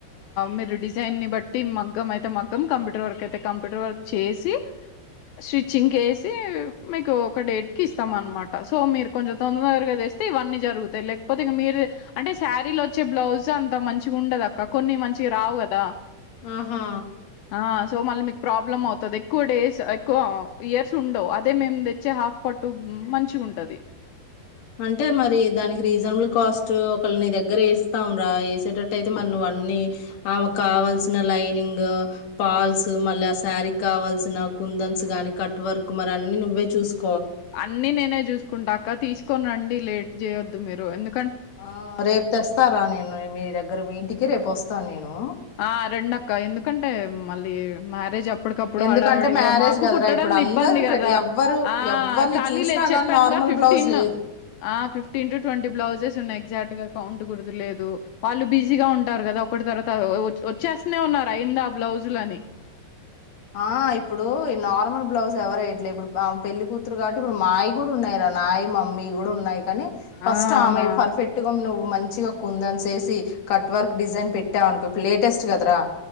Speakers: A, on the left; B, on the left.
A: మీరు డిజైన్ని ని బట్టి మగ్గం అయితే మగ్గం కంప్యూటర్ వర్క్ అయితే కంప్యూటర్ వర్క్ చేసి స్టిచ్చింగ్ ఏసి మీకు ఒక డేట్ కి ఇస్తాం అనమాట సో మీరు కొంచెం తొందర దగ్రగా తెస్తే ఇవన్నీ జరుగుతాయి లేకపోతే ఇక మీరు అంటే శారీలు వచ్చే బ్లౌజ్ అంత మంచి ఉండదు అక్క కొన్ని మంచిగా రావు కదా
B: ఆహా
A: ఆ సో మళ్ళీ మీకు ప్రాబ్లమ్ అవుతుంది ఎక్కువ డేస్ ఎక్కువ ఇయర్స్ ఉండవు అదే మేము తెచ్చే హాఫ్ పట్టు మంచి ఉంటది
B: అంటే మరి దానికి రీజనబుల్ కాస్ట్ ని దగ్గర వేస్తాం గ వేసేటట్టు అయితే మన నువవన్నీ ఆమె కావాల్సిన లైనింగ్ పాల్స్ మళ్ళీ ఆ శారీ కావాల్సిన కుందన్స్ గానీ కట్ వర్క్ మరి అన్ని నువ్వే చూసుకు
A: అన్ని నేనే చూసుకుంటాక తీసుకొని రండి లేట్ జయ ఉద్దు మేరు ఎందు
B: ఆ రేపు తెస్తారా నేను మీ దగ్గర మీ ఇంటికి రేపు వస్తాను నేను
A: ఆ రెండక్క ఎందుకంటే మళ్ళీ మ్యారేజ్ అప్పటికప్పుడు
B: ఎందుకంటే
A: హడావుడిగా
B: మ్యారేజ్
A: మాకు
B: కదరా
A: కుట్టడం
B: ఇప్పుడు అందరు
A: ఇబ్బంది
B: ట్రై
A: కదా
B: ఎవ్వరు
A: ఆ
B: ఎవ్వరిని
A: ఖాళీ
B: చూసినా
A: లేదు చెప్పానుగా
B: గాని నార్మల్
A: ఫిఫ్టీన్
B: బ్లౌజ్ లేదు
A: ఆ ఫిఫ్టీన్ టు ట్వంటీ బ్లౌజెస్ ఉన్నాయి ఎగ్జాక్ట్ గా కౌంట్ గుర్తులేదు వాళ్ళు బిజీగా ఉంటారు కదా ఒకటి తర్వాత వచ్చేస్తనే ఉన్నారు అయిందా ఆ బ్లౌజులు అని
B: ఆ ఇప్పుడు ఈ నార్మల్ బ్లౌజ్ ఎవరై ఇ ఇప్పుడు ఆ పెళ్లి కూతురు కాబట్టి ఇప్పుడు మాయి కూడా ఉన్నాయిరా నాయి మమ్మీ కూడా ఉన్నాయి కానీ ఫస్ట్
A: ఆ అవునా
B: ఆమెయి పర్ఫెక్ట్ గా నువ్వు మంచిగా కుందన్స్ వేసి కట్వర్క్ డిజైన్ పెట్టావు అనుకో ఇప్పుడు లేటెస్ట్ కదరా